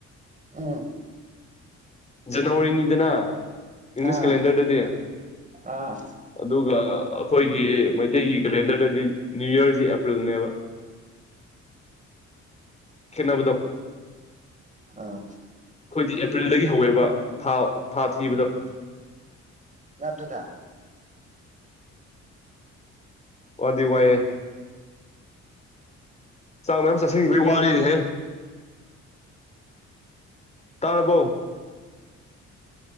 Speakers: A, on the right; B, on the left.
A: ꯎꯝ
B: ꯖꯅꯋꯥꯔꯤꯅꯤꯗꯅ ꯏꯪꯂꯤꯁ
A: ꯑꯥ
B: ꯀꯦꯂꯦꯟꯗꯔꯗꯗꯤ
A: ꯑꯥ
B: ꯑꯗꯨꯒ ꯑꯩꯈꯣꯏꯒꯤ ꯃꯩꯇꯩꯒꯤ ꯀꯦꯂꯦꯟꯗꯔꯗꯗꯤ ꯅ꯭ꯌꯨ ꯌꯔꯁꯤ ꯑꯦꯄ꯭ꯔꯤꯜꯅꯦꯕ ꯈꯟꯅꯕꯗꯣ
A: ꯑꯥ
B: ꯑꯩꯈꯣꯏꯗꯤ ꯑꯦꯄ꯭ꯔꯤꯜꯗꯒꯤ ꯍꯧꯋꯦꯕ ꯊꯥ ꯊꯥ ꯊꯤꯕꯗꯣ
A: ꯅ ꯇ ꯊ
B: ꯑꯗꯤ ꯋꯥꯏꯦ ꯆꯥꯡ ꯃꯌꯥꯝ ꯆꯥꯁꯤꯟꯈꯤꯕ ꯋꯥꯔꯤꯅꯦꯍꯦ ꯇꯥꯔꯕꯣ